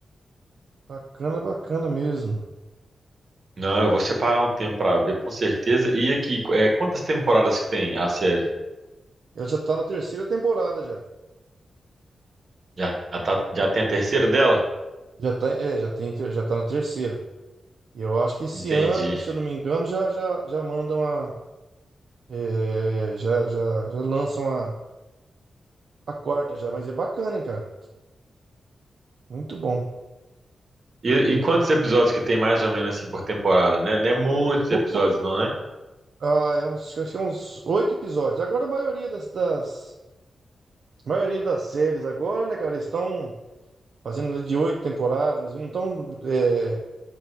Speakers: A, on the right (about 70°); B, on the right (about 55°).
A: Bacana, bacana mesmo.
B: Não, eu vou separar um tempo pra ver, com certeza. E aqui, é, quantas temporadas que tem a série?
A: Ela já tá na terceira temporada já.
B: Já, já, tá- já tem a terceira dela?
A: Já tá, é, já tem, já tá na terceira. E eu acho que esse
B: Entendi.
A: ano, se eu não me engano, já, já, já mandam a. É, já, já, já lançam a, a quarta já, mas é bacana, hein, cara. Muito bom.
B: E, e quantos episódios que tem mais ou menos assim por temporada, né? Não é muitos
A: Po-
B: episódios,
A: po-
B: não, né?
A: ah, é uns, acho que é uns oito episódios. Agora a maioria das, das- a maioria das séries agora, né, cara, estão fazendo ali de oito temporadas, mas não estão é,